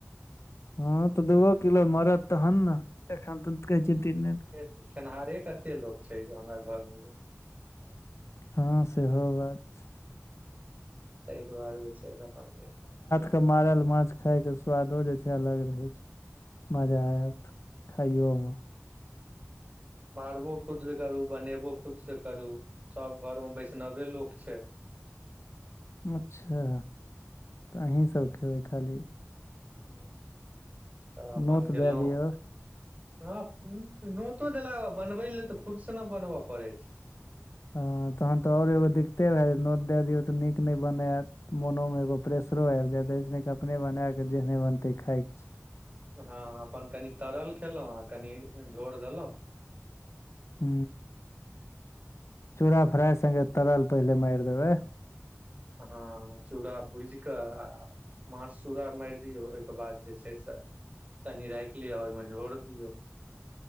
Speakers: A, on the left; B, on the right.
A: हँ तऽ, दूगो किलो मरत, तहन ने, एखन तऽ कहै छियै दिने।
B: खेनहारे कते लोक छै हमरा घरमे?
A: हँ सेहो बात छै।
B: तऽ दुवारे छै अपन।
A: के मारल माछ खाइके स्वादो जे छै अलग रहै छै। मजा आयत खाइयोमे।
B: मारबो खुदसँ करु, बनेबो खुदसँ करु, सभ घरमे वैष्णव लोक छै।
A: ओ अच्छा, तऽ अहाँ सभ खेबै खाली?
B: तऽ अपन
A: नोत
B: गेलौ,
A: दे दियो
B: हँ। ओ नोतऽ देलऽ बनबै लऽ तऽ खुदसँ न बनबऽ पड़ै छै।
A: हँ, तहन तऽ आओर एगो दिक्कते भए जायत, नोत दैए दियौ तऽ नीक नय बनैत। मोनो में एगो प्रेसरो आबि जायतस अपने बना कऽ जेहने बनतै खाायके छै
B: हँ अपन कनि तरल खेलहुं आ कनि झोर देलहु
A: ह चूरा फ्राइ सगे तरल पहिले मारि देब
B: ह चूरा भुईज क आ माछ चूरा मारि दियौ ओहिके बाद जे छै से तनी राखि लिय ओहिमे झोड़ दियौ